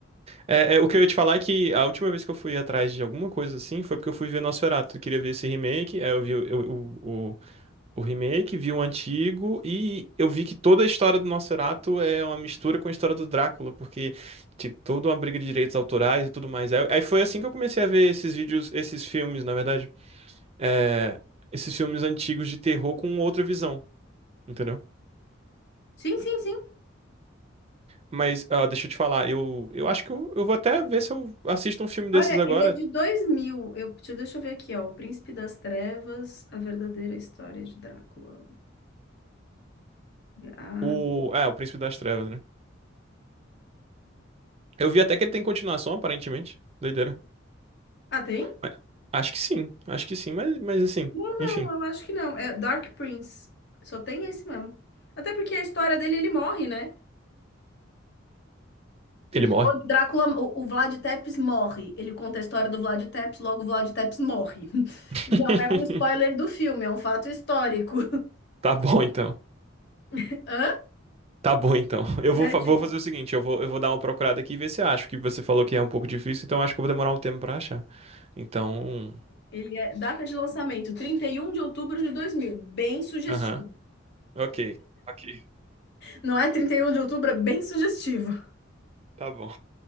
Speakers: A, on the right; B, on the left.
A: É, é, o que eu ia te falar é que a última vez que eu fui atrás de alguma coisa assim foi porque eu fui ver Nosferatu. Eu queria ver esse remake, aí eu vi o, o, o remake, vi o antigo e eu vi que toda a história do Nosferatu é uma mistura com a história do Drácula, porque tipo, toda uma briga de direitos autorais e tudo mais. Aí aí foi assim que eu comecei a ver esses vídeos, esses filmes, na verdade, é, esses filmes antigos de terror com outra visão, entendeu?
B: Sim, sim, sim.
A: Mas ah, deixa eu te falar, eu, eu acho que eu, eu vou até ver se eu assisto um filme
B: Olha,
A: desses agora,
B: ele é de 2000. Eu, deixa deixa eu ver aqui, ó. O Príncipe das Trevas, A Verdadeira História de Drácula. Ah,
A: o, é, o Príncipe das Trevas, né? Eu vi até que ele tem continuação, aparentemente. Doideira.
B: ah, tem?
A: Mas Acho que sim, acho que sim, mas, mas assim,
B: Não,
A: enfim,
B: não, eu acho que não. É Dark Prince. Só tem esse mesmo. Até porque a história dele, ele morre, né?
A: ele morre.
B: Quando Drácula, o, o Vlad Tepes morre. Ele conta a história do Vlad Tepes, logo o Vlad Tepes morre. <laughs>
A: <laughs>
B: Não é um spoiler do filme, é um fato histórico.
A: Tá bom então.
B: <laughs> Hã?
A: Tá bom então. Eu
B: É,
A: vou, fa-
B: tipo,
A: vou fazer o seguinte, eu vou, eu vou dar uma procurada aqui e ver se eu acho que você falou que é um pouco difícil, então eu acho que eu vou demorar um tempo pra achar. Então,
B: Ele é data de lançamento, 31 de outubro de 2000. Bem sugestivo.
A: aham. OK. OK.
B: Não é 31 de outubro, é bem sugestivo.
A: Tá bom.